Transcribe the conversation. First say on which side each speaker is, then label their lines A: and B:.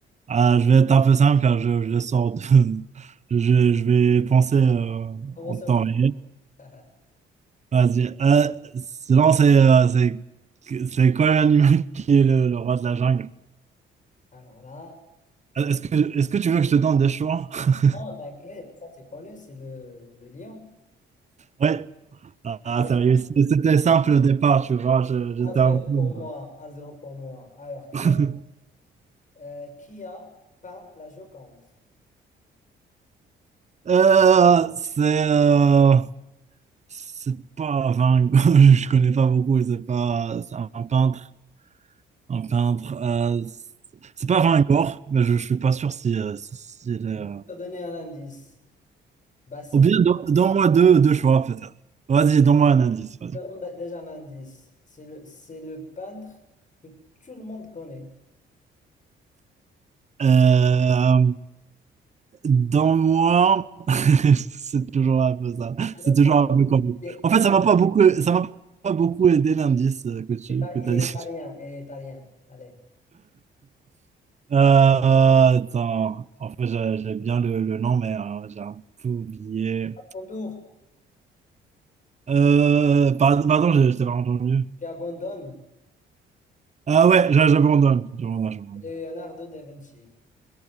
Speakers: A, on the right; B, on the left.
A: Ah, je vais être un peu simple, car je, je sors de- <laughs> Je, je vais penser euh,
B: Commencer
A: en temps
B: en douceur.
A: réel.
B: <laughs>
A: Vas-y. Euh, sinon, c'est euh, c'est c'est quoi l'animal qui est le, le roi de la jungle?
B: Alors là,
A: Euh, Est-ce que, est-ce que tu veux que je te donne des choix? <laughs>
B: non, t'inquiète, ça c'est connu, c'est le, le lion.
A: Ouais. Ah,
B: Allez,
A: sérieux, c'était simple au départ, tu vois. je- J'étais
B: 1-0
A: un peu-
B: pour moi, un zéro pour moi. Alors, qui
A: <laughs>
B: a, euh, qui a peint la Joconde?
A: Euh, c'est euh, c'est pas Van <laughs> je connais pas beaucoup, c'est pas c'est un peintre, un peintre. euh, c'est pas Van Gogh, mais je, je suis pas sûr si, euh, si- s'il est,
B: Je
A: euh,
B: vais te donner un indice. Bah, c'est
A: Ou bien
B: le...
A: don- donne-moi deux, deux choix peut-être. Vas-y, donne-moi un indice. vas-y.
B: je te donne bah, Déjà un indice. C'est le... c'est le peintre que tout le monde connaît.
A: Euh, Dans moi, <laughs> c'est toujours un peu ça.
B: Un
A: C'est
B: autre
A: toujours
B: indice.
A: un peu compliqué.
B: Il est,
A: En fait,
B: il
A: ça m'a pas beaucoup, ça m'a pas beaucoup aidé l'indice euh, que tu
B: est-
A: que t'as
B: il est
A: dit.
B: italien.
A: <laughs>
B: Il est italien. Allez.
A: Euh, euh, attends, en fait, j'ai j'ai bien le, le nom, mais euh, j'ai un peu oublié.
B: À ton tour,
A: Euh, par- pardon, je, je t'ai pas entendu.
B: tu abandonnes
A: Ah ouais, je- j'abandonne, j'abandonne, j'abandonne.
B: Leonardo da Vinci.